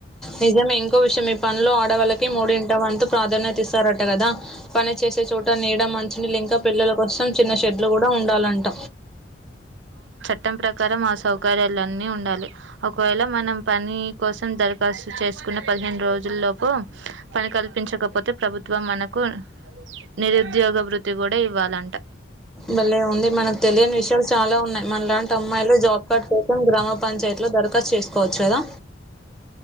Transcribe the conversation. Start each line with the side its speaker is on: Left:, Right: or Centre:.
Centre: నిజమే ఇంకో విషయం ఈ పనిలో ఆడవాళ్ళకి మూడింటి వంతు ప్రాధాన్యత ఇస్తారట కదా పని చేసే చోట నీడ మంచినీలి ఇంకా పిల్లల కోసం చిన్న షెడ్లు కూడా ఉండాలంట
Right: ట్టం ప్రకారం ఆ సౌకర్యలున్నీ ఉండాలి ఒకవేళ మనం పని కోసం దరఖాస్తు చేసుకున్న పదిహేను రోజుల లోపు పని కల్పించకపోతే ప్రభు ఇగ మనకు నిరుద్యోగ బృత్తి కూ ఇవ్వాలంట
Centre: మళ్లే ఉంది మనకు తెలియని విషయాలు చాలా ఉన్నాయి మన లాంటి అమ్మాయిలు జాబ్ కార్డ్ కోసం గ్రామ పంచాయతీ లో దరఖాస్తు చేసుకోవచ్చు కదా